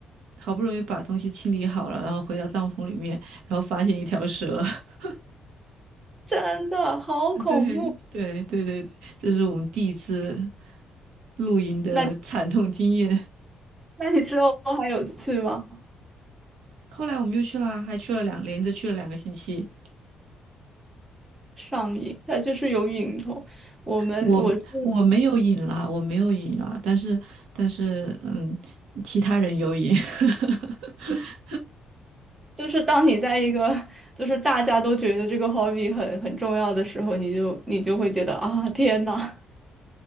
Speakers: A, on the right; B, on the right.
A: 好不容易把东西清理好了，然后回到帐篷里面，然后发现一条蛇。<laughs>
B: <laughs> 真的好恐怖。
A: 对，对对对，对这是我们第一次露营的惨痛经验。
B: 那那你之后还有去吗？
A: 后来我们就去了，还去了两，连着去了两个星期。
B: 上瘾，它就是有瘾头。我们我是
A: 我我没有瘾啦，我没有瘾啦，但是但是嗯，其他人有瘾。<laughs>
B: 就是当你在一个就是大家都觉得这个 hobby 很很重要的时候，你就你就会觉得啊，天呐，